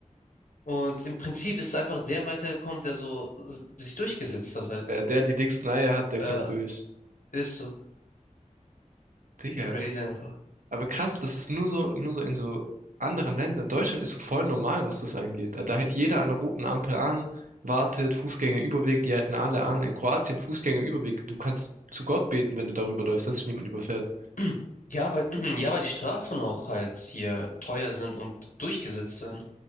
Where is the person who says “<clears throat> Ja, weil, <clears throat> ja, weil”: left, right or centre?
Left